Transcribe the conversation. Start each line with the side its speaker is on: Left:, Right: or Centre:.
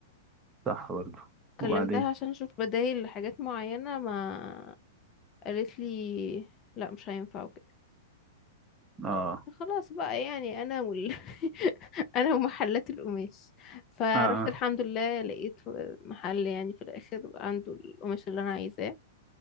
Right: صح برضو وبعدين
Left: كلمتها عشان اشوف بدايل لحاجات معينه ما قالت لي لا مش هينفع وكده
Right: اه
Left: فقلت خلاص بقى يعني انا وال... <laughs> انا ومحلات القماش فروحت
Right: اه اه
Left: الحمد لله لقيت محل يعني في الاخر عنده القماش اللي انا عايزاه